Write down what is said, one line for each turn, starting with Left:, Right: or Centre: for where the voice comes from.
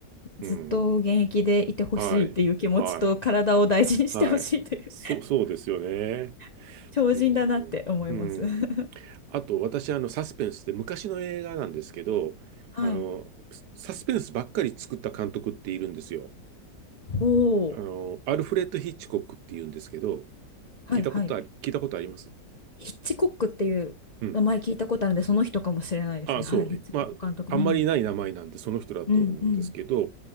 Left: ずっと現役でいてほしいっていう気持ちと、
Right: うん。はい、はい、
Left: 体を大事にしてほしいという
Right: はい。そう、そうですよね。
Left: <laughs> 超人だなって思います。
Right: うん、うん。
Left: <laughs>
Right: あと、私、あの、サスペンスって昔の映画なんですけど、
Left: はい。
Right: あの、サスペンスばっかり作った監督っているんですよ。
Left: ほう。
Right: あの、アルフレッド・ヒッチコックっていうんですけど、
Left: はいはい。
Right: 聞いたことあり、聞いたことあります。
Left: ヒッチコックっていう名前聞いたことあるんで、
Right: うん。
Left: その人かもしれないですね。
Right: あ、そう。
Left: はい、ヒッチコック監督。
Right: まあ、あんまりない名前なんで、
Left: うん。
Right: その人だと思うんですけど、
Left: うんうん。